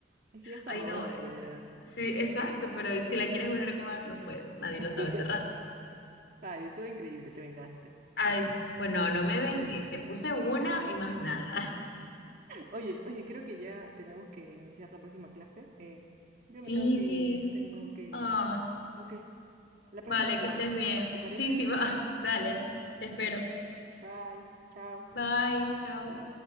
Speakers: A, on the right (about 50°); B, on the left (about 75°).
A: Es que ya está
B: Ay,
A: roto
B: no, eh,
A: ya.
B: sí, exacto, pero ¿y si la quieres volver a comer? No puedes, nadie
A: <laughs>
B: lo sabe cerrar.
A: Ay, eso es increíble, te vengaste,
B: Ay,
A: lo sé.
B: s- bueno, no me vengue, te puse una y más nada. <laughs>
A: Oye, oye, creo que ya tenemos que iniciar la próxima clase. eh, yo
B: Sí,
A: me tengo que
B: sí.
A: ir, tengo que ir
B: ah,
A: a... Ok, la próxima
B: Vale,
A: jugamos.
B: que estés bien.
A: ¿Te parece?
B: Sí, sí, va. <laughs> Dale, te espero.
A: Bye, chao.
B: Bye, chao.